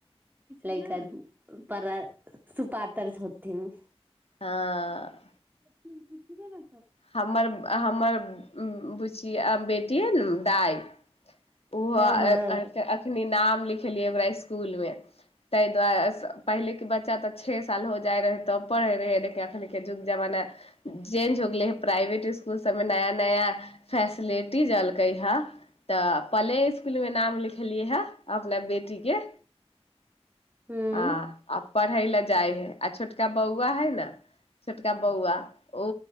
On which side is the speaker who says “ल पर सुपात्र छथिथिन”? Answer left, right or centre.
Right